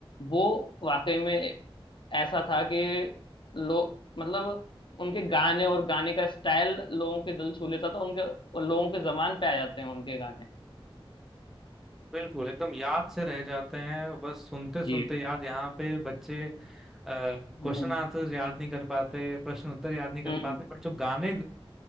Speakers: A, on the left; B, in the centre.
A: वो वाकई में ऐसा था कि लो मतलब उनके गाने और गाने का स्टाइल लोगों के दिल छू लेता था उनके लोगों के जबान पे आ जाते हैं उनके गाने
B: बिल्कुल एकदम याद से रह जाते हैं बस सुनते सुनते
A: जी
B: याद यहाँ पे बच्चे क्वेश्चन
A: हम्म
B: आंसर याद नहीं कर पाते प्रश्न उत्तर याद नहीं कर
A: हम्म,
B: पाते बट जो गाने